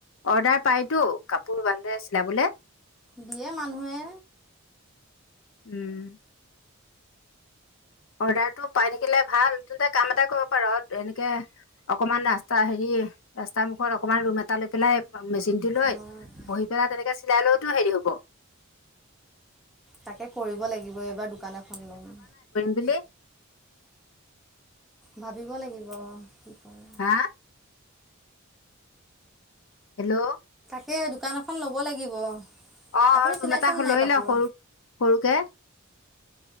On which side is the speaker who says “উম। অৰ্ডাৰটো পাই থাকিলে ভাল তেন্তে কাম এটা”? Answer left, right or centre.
Left